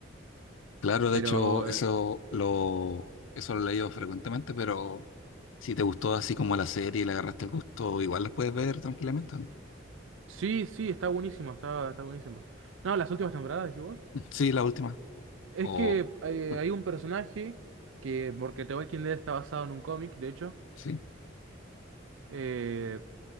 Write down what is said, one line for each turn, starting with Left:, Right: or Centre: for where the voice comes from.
Left: Claro,
Right: Pero
Left: de hecho, eso
Right: eh,
Left: lo, eso lo he leído frecuentemente, pero si te gustó así como la serie y le agarraste el gusto, igual las puedes ver tranquilamente. ¿no?
Right: sí, sí, está buenísimo, está, está buenísimo. No, las últimas temporadas, decís vos.
Left: <laughs> Sí, la última.
Right: Es
Left: O
Right: que eh,
Left: ah,
Right: hay un personaje que, porque The Walking Dead está basado en un cómic, de hecho,
Left: sí.
Right: eh,